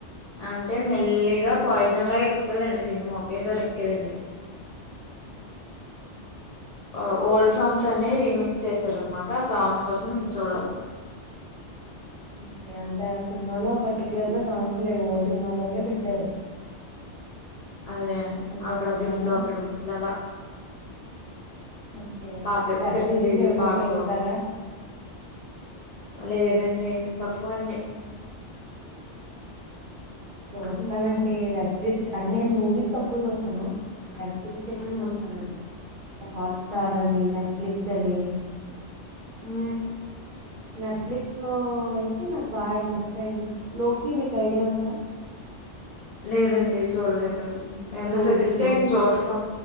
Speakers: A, on the left (about 55°); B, on the right (about 55°).
A: అంటే మెల్లిగా పాయి <unintelligible> ఎక్కుతుదండి సినిమా ఒకేసారి ఎక్కేదండి ఆ ఓల్డ్ సాంగ్స్ అన్ని రీమిక్స్ చేసారనమాట సాంగ్స్ కోసం చూడాలి
B: ఓకే అంటే ఆ సినిమాలో పర్టికులర్ గా సాంగ్స్ లేవు ఓల్డ్ సినిమాలోవే పెట్టారు.
A: అదే అండి
B: అంతేనంటారా?
A: అక్కడ విట్లు అక్కడ విట్లు హు అలా
B: ఓకే.
A: పాతవి
B: వెబ్
A: చిరంజీవి
B: సీరీస్ ఏమన్నా
A: పాటలు
B: చూస్తారా?
A: లేదండి తక్కువండి
B: చుస్తామండి
A: ఉమ్
B: వెబ్ సిరీస్ అండి నేను మూవీస్ తక్కువ చూస్తాను వెబ్ సిరీస్ ఎక్కువ
A: ఉమ్
B: చూస్తానండి. అంటే హాట్స్టార్
A: అవునండి
B: అని నెట్ఫ్లిక్స్ పిక్స్ అని
A: హు
B: నెట్ఫ్లిక్స్ లో ఆ అయితే నాకు బాగా ఇంట్రెస్ట్ అయింది లోకి మీకు ఐడియా ఉంద
A: లేదండి చూడలేదు హు ఏమన్నా
B: 'లోకి'
A: సజెస్ట్
B: 'లోకి'
A: చేయండి చూస్తాం